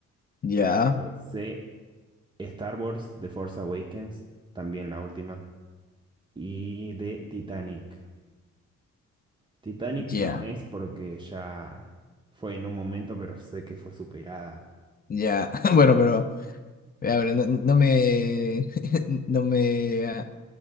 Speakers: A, on the left; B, on the right.
A: Ya,
B: Eh, C, Star Wars, The Force Awakens, también la última. y de Titanic. Titanic
A: ya,
B: no es porque ya fue en un momento, pero sé que fue superada.
A: ya. <laughs> Bueno, pero, a ver, no, no me, <laughs> no me, ah,